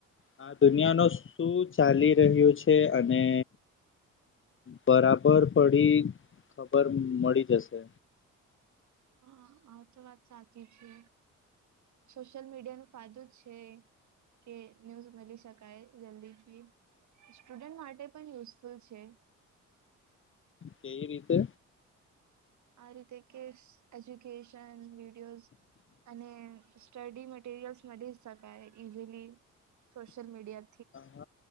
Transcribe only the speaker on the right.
હા આ તો વાત સાચી છે સોશિયલ મીડિયાનો ફાયદો છે. કે ન્યૂઝ મલી શકાય જલ્દીથી. સ્ટુડન્ટ માટે પણ યુઝફુલ છે.
આ રીતે કે એજ્યુકેશન વિડીયોઝ અને સ્ટડી મટેેરિયલ્સ મ જ કાય ઇઝીલી સોશલ મીડિયા